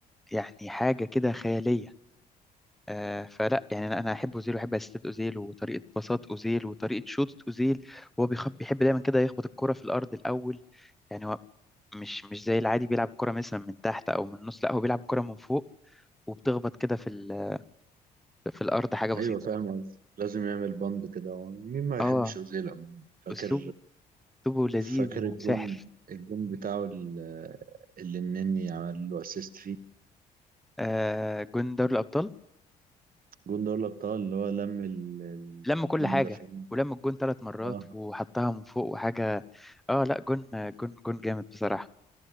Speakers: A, in the centre; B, on the right.
A: يعني حاجة كده خيالية آه فلا يعني أنا أنا أحب أوزيل وأحب أسيستات أوزيل وطريقة باصات أوزيل وطريقة شوطة أوزيل وهو بيخ- بيحب دايما كده يخبط الكرة في الأرض الأول يعني هو مش مش زي العادي بيلعب كرة مثلا من تحت أو من النص لا هو بيلعب كرة من فوق وبتخبط كده في ال- في الأرض حاجة بسيطة
B: ايوه فاهم قصدي. لازم يعمل بند كده هو مين ما يحبش
A: اه
B: اوزيل عموما فاكر
A: أسلوبه أسلوبه لذيذ
B: فاكر
A: وساحر
B: الجون الجون بتاعه ال- اللي النني عمل له اسيست فيه
A: آه جون دوري الأبطال
B: الجون ده ولا ابطال اللي هو لم ال- ال-
A: لم
B: الاتنين
A: كل حاجة
B: مدافعين
A: ولم الجون ثلاث مرات
B: اه
A: وحطها من فوق وحاجة اه لا جون جون جون جامد بصراحة